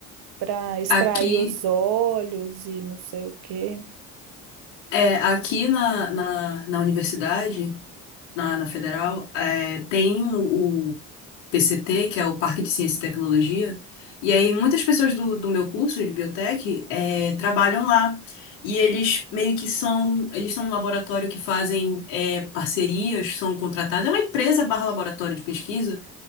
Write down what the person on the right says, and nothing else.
para extrair
os óleos e não sei o quê.